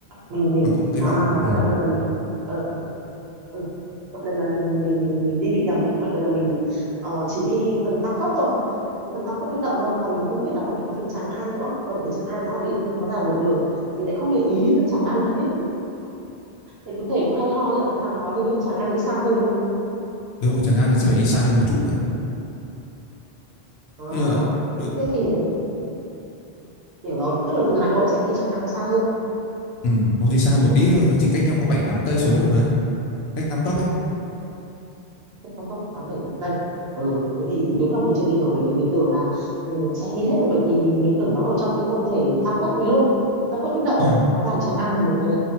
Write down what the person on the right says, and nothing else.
mình mình
à
hóa
ra là một lần ờ ờ, ừ. Mọi lần là mình mình mình mình đi bị nhầm ấy, mọi lần là mình ờ, chỉ đi phần Tam Cốc thôi, cái phần Tam Cốc Bích Động thôi, còn mình không biết là có một cái phần Tràng An nữa, quần thể Tràng An nó là đi nhưng mà hóa ra là ngược đường, mình lại không để ý <laughs> phần Tràng An đấy, thì có thể cũng hay ho nhỉ, nhưng mà nó hình như Tràng An đi xa hơn đúng không?
À,
thế thì hiểu rồi, tức là từ Hà Nội sẽ đi Tràng An nó xa hơn.
Tam Cốc tám bảy tháng cây ừ thế thì đúng là mình chưa đi rồi bởi vì mình tưởng là mình sẽ đi hết thôi bởi vì mình tưởng nó ở trong cái quần thể Tam Cốc thì luôn Tam Cốc Bích Động
ấy hóa ra Tràng An là một cái